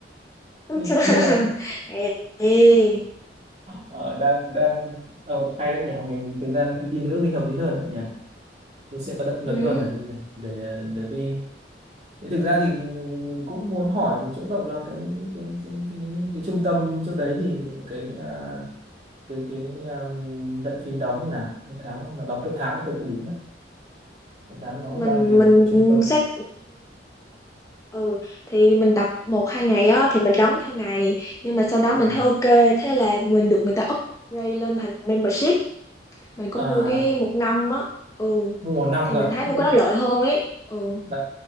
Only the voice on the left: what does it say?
<laughs>
ê, ê.
ừ
mình
mình
xét ừ thì mình tập một hai ngày á thì mình đóng theo ngày nhưng mà sau đó
mình thấy ok thế là mình được người ta upgrade lên thành membership mình có
mua cái một năm á ừ
thì
mình thấy mua
cái đó lợi hơn ấy ừ